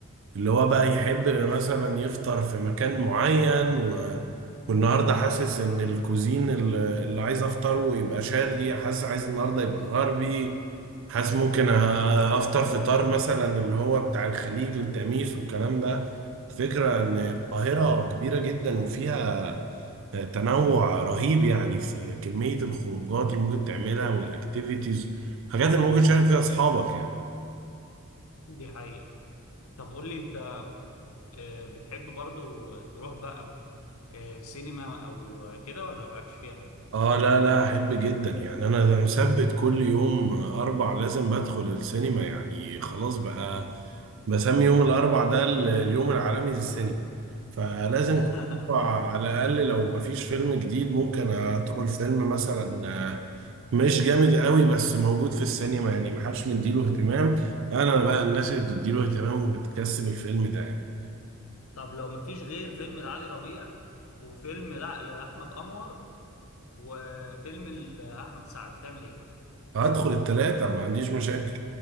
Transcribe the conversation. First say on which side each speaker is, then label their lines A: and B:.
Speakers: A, on the right; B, on the left.
A: اللي هو بقى يحب مثلا يفطر في مكان معين و... والنهارده حاسس ان الكوزين ال- اللي عايز افطره يبقى شرقي حاسس عايز النهارده يبقى غربي حاسس ممكن أ- افطر فطار مثلا اللي هو بتاع الخليج التميس والكلام ده الفكرة ان القاهرة
B: مم.
A: كبيرة جدا وفيها تنوع رهيب يعني في كمية الخروجات اللي ممكن تعملها والاكتيفيتيز حاجات اللي ممكن تشارك فيها اصحابك يعني
B: دي حقيقة طب قول لي انت آه، بتحب برضو تروح بقى آه، سينما او آه، كده ولا مالكش فيها
A: اه لا لا احب جدا يعني انا ده مثبت كل يوم اربع لازم بدخل السينما يعني خلاص بقى بسمي يوم الاربع ده ال- اليوم العالمي للسينما فلازم
B: <laughs>
A: كل اربع
B: طب
A: على الاقل لو مفيش فيلم جديد ممكن ادخل فيلم مثلا آه، مش جامد قوي بس موجود في السينما يعني محدش مديله اهتمام انا بقى الناس اللي بتديله اهتمام وبتكسب الفيلم ده يعني
B: طب لو مفيش غير فيلم لعلي ربيع وفيلم لا لأحمد أنور وفيلم لأحمد سعد هتعمل ايه
A: هدخل التلاتة ما عنديش مشاكل